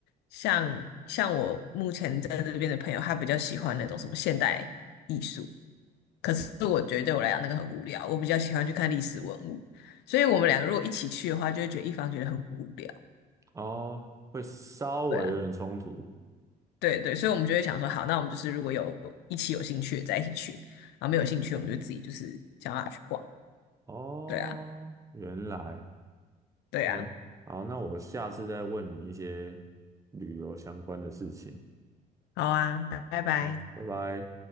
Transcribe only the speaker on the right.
哦，会稍微有点冲突。
哦，
原来，
诶，好，那我下次再问你一些旅游相关的事情。
啊，拜拜。